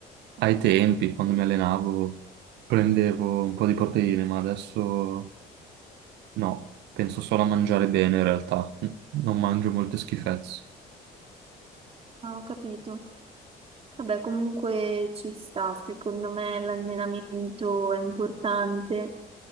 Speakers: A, on the right (about 85°); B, on the right (about 35°).
A: ai tempi, quando mi allenavo, prendevo un po' di proteine, ma adesso no, penso solo a mangiare bene in realtà, non mangio molte schifezze.
B: Ah, ho capito. Vabbè, comunque ci sta, secondo me l'allenamento è importante,